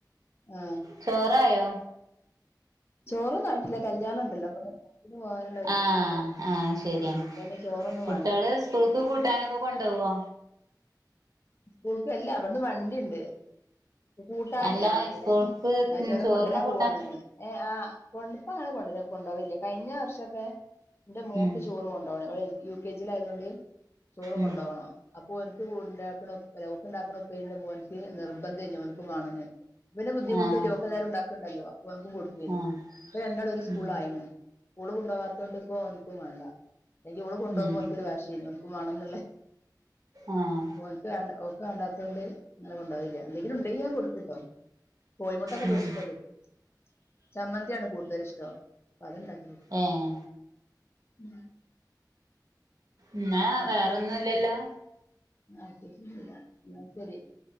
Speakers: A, on the left; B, on the right.
A: ആ
B: ചോറായോ
A: ചോറന്ന ആയിട്ടില്ല കല്യാണം കല്യാണത്തിന് പോകാനുള്ള ഒരുക്കത്തിലൊക്കാണ്
B: ആഹ് ആഹ് ശരിയാണ്
A: അപ്പ പിന്നെ ചോറൊന്നും
B: കുട്ടികള്
A: വേണ്ട.
B: സ്കൂൾക്ക് കൂട്ടാനൊക്കെ കൊണ്ട് പോവുവോ
A: സ്കൂൾക്ക് അല്ല അവിടുന്ന് വണ്ടി ഉണ്ട് കൂട്ടാനെ,
B: അല്ല
A: ആ അങ്ങനെ
B: സ്കൂൾക്ക്
A: ഞാൻ ചോറ്
B: ചോറിന്
A: കൊണ്ടുവരാൻ
B: കൂട്ടാൻ
A: പോവാണെന്നു ഏ ആ പഇപ്പങ്ങനെ കൊണ്ട് വരും, കൊണ്ട് പോകല്ല കഴിഞ്ഞ വർഷക്കെ എന്റെ മോക്ക്
B: ഉം
A: ചോറ് കൊണ്ടപോകണം, അവള് യു കെ ജി യിൽ ആയതുകൊണ്ട് ചോറ്
B: ഉം
A: കൊണ്ടുപോകണം. അപ്പൊ അവനിക്ക് ഉണ്ടാക്കണ ഉപ്പല, അവന്റെ ഉണ്ടാക്കണ ഉപ്പന്റെ പോലത്തെ നിർബന്ധ ആണ് അവൾക്കു വേണെന്ന്. പിന്നെ ബുദ്ധിമുട്ടില്ല,
B: ആഹ്
A: അവക്ക് എതായാലും ഉണ്ടാക്കുന്നുണ്ടല്ലോ, അപ്പ അവക്കും കൊടുക്കയരുന്നു
B: ആഹ്
A: അപ്പൊ രണ്ടാളും ഒരേ സ്കൂൾ
B: ഉം
A: ആയല്ലോ ഓള് കൊണ്ടോവാത്തോണ്ട് ഇപ്പോ എനിക്ക് വേണ്ട, അല്ലെ ഓള് കൊണ്ട് പോകുമ്പോ
B: ഉം
A: വാശിയായിരുന്നു എനിക്ക് വേണം എന്നല്ലേ
B: ആഹ്
A: ഓക്കെ ഓക്കെ വേണ്ടാത്തോണ്ട് കൊണ്ട് പോയില്ല എന്തെങ്കിലും കൊടുത്തുട്ടോ കോഴമുട്ടയൊക്കെ
B: ഉം
A: പൊരിച്ചിട്ടോ കൊടുക്കട്ടോ ചമ്മന്തിയാണ് കൂടുതല് ഇഷ്ടം അപ്പൊ അത്ണ്ടാക്കി
B: ആഹ്
A: ഉം
B: എന്നാ വേറെൊന്നുംല്ലല്ലോ
A: പ്രത്യേകിച്ചൊന്നുല്ല, ആ ശരി